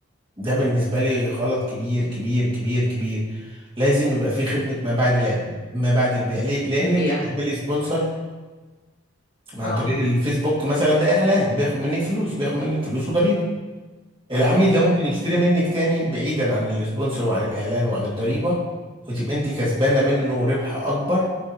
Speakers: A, on the right (about 25°); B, on the left (about 45°).
A: ده بالنسبة لي غلط كبير كبير كبير كبير لازم يبقى في خدمة ما بعد الع- ما بعد البيع ليه؟ لأن
B: البيع
A: أنت بتعملي سبونسر عن
B: اه
A: طريق الفيسبوك مثلا ده اعلان بياخد منك فلوس بياخد منك فلوس وضريبه العميل ده
B: امم
A: ممكن يشتري منك تاني بعيدا عن السبونسر وعن الاعلان وعن الضريبه وتبقى انت كسبانه منه ربح اكبر